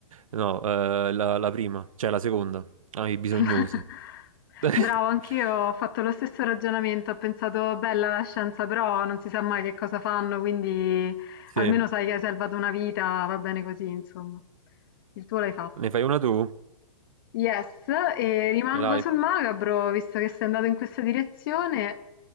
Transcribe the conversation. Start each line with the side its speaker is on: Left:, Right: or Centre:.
Right: No, eh, la, la prima, cioè la seconda, ai bisognosi.
Left: <laughs>
Right: <laughs>
Left: Bravo, anch'io ho fatto lo stesso ragionamento, ho pensato bella la scienza, però non si sa mai che cosa fanno, quindi
Right: Sì,
Left: almeno sai che hai salvato una vita, va bene così, insomma. Il tuo l'hai fatto.
Right: ne fai una tu?
Left: Yes, e rimango
Right: Ce l'hai?
Left: sul macabro, visto che sei andato in questa direzione,